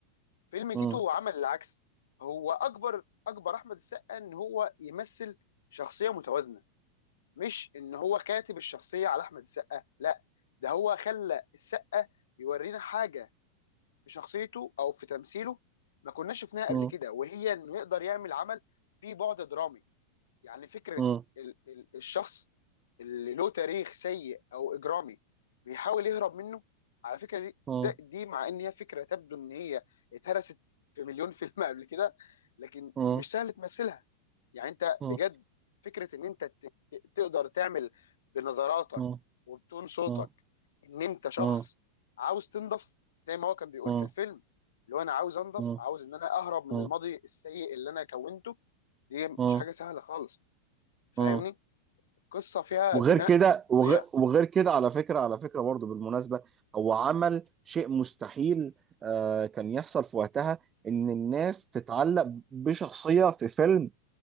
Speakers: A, on the left (about 60°); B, on the right (about 25°).
A: فيلم تيتو
B: م.
A: عمل العكس هو اكبر اكبر احمد السقا ان هو يمثل شخصيه متوازنه مش ان هو كاتب الشخصيه على احمد السقا لا ده هو خلى السقا يورينا حاجه في شخصيته او في تمثيله ما كناش شفناها قبل
B: اه
A: كده وهي انه يقدر يعمل عمل فيه بعد درامي يعني فكره
B: اه
A: ال ال الشخص اللي له تاريخ سيء او اجرامي بيحاول يهرب منه على فكره دي,
B: اه
A: ده- دي مع ان هي فكره تبدو ان هي اتهرست في مليون فيلم قبل كده لكن
B: اه
A: مش سهل تمثلها يعني انت
B: اه
A: بجد فكره ان انت ت- ت- تقدر تعمل بنظراتك
B: اه
A: وبتون صوتك
B: اه
A: ان انت شخص
B: اه
A: عاوز تنضف زي ما هو كان بيقول
B: اه
A: في الفيلم اللي هو انا عاوز انضف
B: اه
A: عاوز ان انا اهرب من
B: اه
A: الماضي السيء اللي انا كونته دي مش
B: اه
A: حاجه سهله خالص فاهمني
B: اه
A: القصه فيها
B: وغير
A: بناء
B: كده وغير,
A: فظيع
B: وغير كده على فكرة على فكرة برضو بالمناسبة هو عمل شيء مستحيل آه كان يحصل في وقتها ان الناس تتعلق بشخصية في فيلم